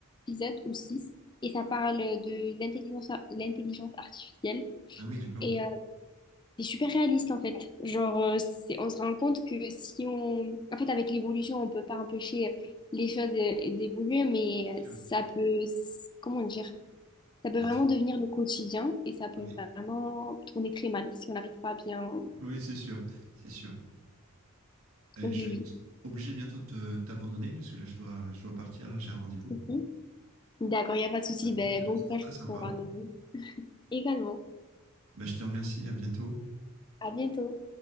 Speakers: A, on the left; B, on the right.
A: épisodes ou six. Et ça parle de l'intelligence, ar- l'intelligence artificielle.
B: Ah oui, d'accord.
A: et euh, c'est super réaliste en fait. Genre, euh, c'est- on se rend compte que si on... En fait, avec l'évolution, on peut pas empêcher euh, les choses euh, d'évoluer, mais
B: Bien sûr.
A: euh, ça peut... Comment dire? Ça peut
B: Bah,
A: vraiment
B: c'est-
A: devenir le quotidien et ça peut
B: oui.
A: vraiment tourner très mal si on n'arrive pas bien...
B: Oui, c'est sûr, c'est sûr. Euh,
A: Oui,
B: je vais être obligé bientôt de te- t'abandonner parce que là, je dois, je dois partir, là, j'ai un rendez-vous.
A: oui. D'accord, il n'y a pas de souci.
B: Bah écoute,
A: Ben,
B: euh,
A: bon
B: c'était
A: courage
B: très
A: pour
B: sympa.
A: ton rendez-vous. Également.
B: Bah, je te remercie, à bientôt.
A: À bientôt.